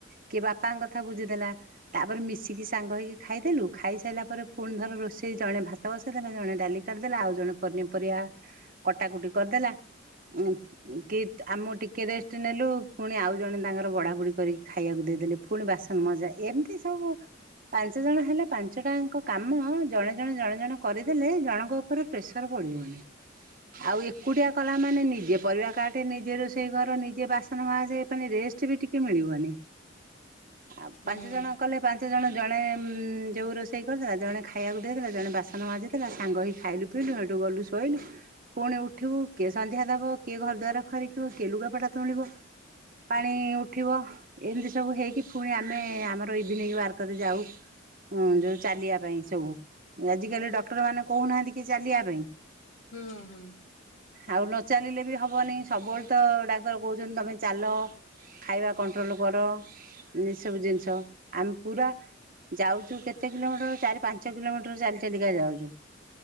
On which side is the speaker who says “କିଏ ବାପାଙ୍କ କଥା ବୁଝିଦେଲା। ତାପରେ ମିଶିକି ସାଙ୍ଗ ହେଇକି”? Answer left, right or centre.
Right